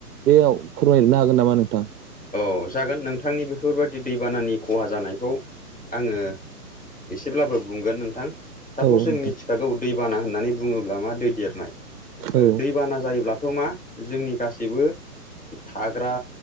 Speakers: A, on the right (about 75°); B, in the centre.
A: बेयाव फोरमाय हरनो हागोन नामा नोंथां
B: औ जागोन नोंथांनि बेफोरबायदि दैबानानि खहा जानायखौ आङो एसेब्लाबो बुंगोन नोंथां सापस
A: औ
B: जों
A: नोंथां
B: मिथिखागौ दैबाना होननानै बुङोब्ला मा दै देरनाय
A: औ
B: दैबाना जायोब्लाथ' मा जोंनि गासैबो थाग्रा